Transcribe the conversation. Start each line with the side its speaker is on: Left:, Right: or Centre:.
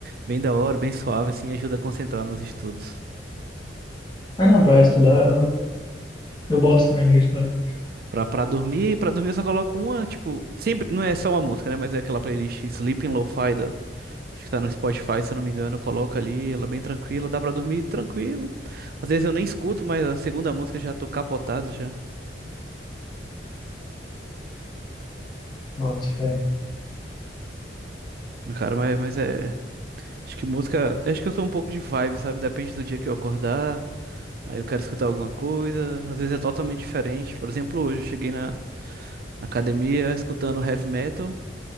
Right: bem da hora, bem suave, assim, ajuda a concentrar nos estudos.
Left: Ah, não, pra estudar eu, eu boto também de vez em quando.
Right: Pra, pra dormir, pra dormir eu só coloco uma, tipo, sempre, não é só uma música, né? Mas é aquela playlist Sleeping Lo-Fi da, Acho que tá no Spotify, se eu não me engano, coloca ali, ela é bem tranquila, dá pra dormir tranquilo. Às vezes eu nem escuto, mas a segunda música eu já tô capotado já.
Left: Boto fé.
Right: Cara, mas, mas é. Acho que música. Acho que eu sou um pouco de vibe, sabe? Depende do dia que eu acordar. Aí eu quero escutar alguma coisa. Às vezes é totalmente diferente. Por exemplo, hoje eu cheguei na, na academia escutando heavy metal.